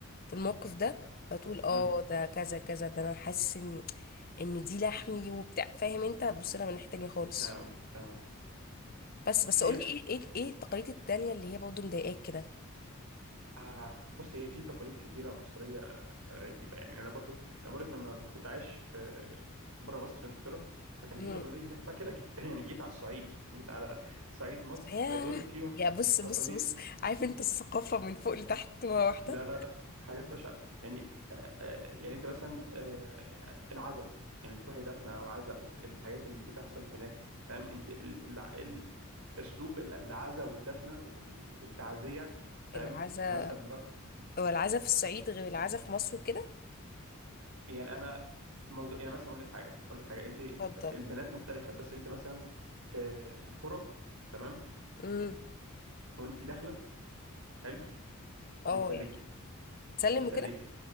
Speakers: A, on the left; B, on the right.
A: في الموقف ده فتقول اه
B: امم
A: ده كذا كذا ده انا حاسس ان ان دي لحمي وبتاع فاهم انت هتبص لها من ناحيه تانية خالص
B: فاهم قصدك، فاهم قصدك.
A: بس بس
B: خير
A: قولي ايه ايه ايه التقاليد التانية اللي هي برضه مضايقاك كده
B: آه بصي هي في تقاليد كتيرة مصرية آه، غريبة يعني أنا برضو أنا بقولك لما كنت عايش في بره مصر في إنجلترا فكان في
A: امم
B: تقاليد هناك بعد كده جي- <laughs> <clears throat> يعني جيت على الصعيد جيت على صعيد مصر
A: ياه
B: فدول فيهم
A: يا بص
B: تقاليد
A: بص بص عارف انت الثقافه من فوق لتحت مره واحده
B: لا لا لا حاجات بشعة يعني آه آه، يعني أنت مثلا آه العزاء يعني بتروحي دفنة أو عزاء والحاجات اللي بتحصل هناك تمام أنت ال- الع- ال- أسلوب العزاء والدفنة وال- والتعزية تمام
A: العزا
B: مثلا
A: هو العزا في الصعيد غير العزا في مصر كده
B: يعني انا مز... يعني مثلا اقول لك حاجه اقول لك حاجه انت
A: اتفضل
B: البنات مختلفه بس انت مثلا في في الكوره تمام
A: امم
B: وانت داخله حلو
A: اه
B: بتسلمي
A: يعني بتسلم
B: بتسلمي
A: كده